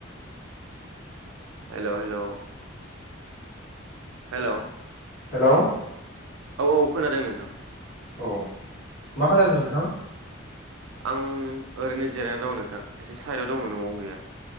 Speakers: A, on the right; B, on the left.
A: हेलौ हेलौ हेलौ
B: हेलौ
A: औ औ खोनादों नोंथां
B: औ मा खालामदों नोंथां?
A: आं ओरैनो जिरायना दङ नोंथां एसे साइदआव दङ न'आव गैया